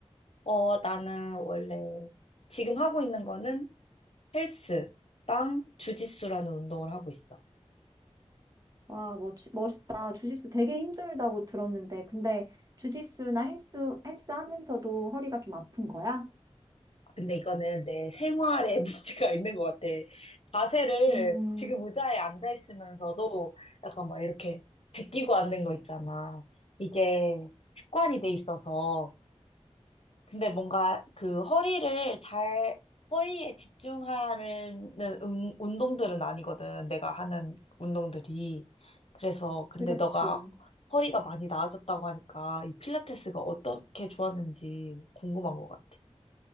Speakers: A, on the left; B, on the right.
A: 어, 나는 원래 지금 하고 있는 거는 헬스랑 주짓수라는 운동을 하고 있어.
B: 와, 멋, 멋있다. 주짓수 되게 힘들다고 들었는데, 근데 주짓수나 헬스, 헬스 하면서도 허리가 좀 아픈 거야?
A: 근데 이거는 내 생활에 <laughs> 문제가 있는 것 같아. 자세를
B: 음,
A: 지금 의자에 앉아 있으면서도 약간 막 이렇게 제끼고 앉는 거 있잖아. 이게 습관이 돼 있어서. 근데 뭔가 그 허리를 잘, 허리에 집중하는 음- 운동들은 아니거든. 내가 하는 운동들이. 그래서 근데
B: 그렇지.
A: 너가 허리가 많이 나아졌다고 하니까 이 필라테스가 어떻게 좋았는지 궁금한 것 같아.